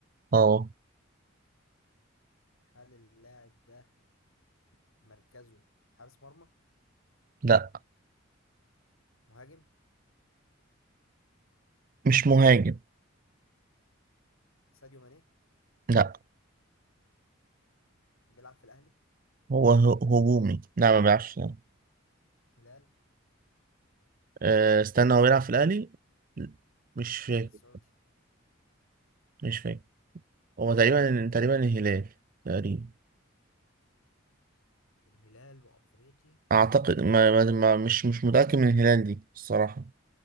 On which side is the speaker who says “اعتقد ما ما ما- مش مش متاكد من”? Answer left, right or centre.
Right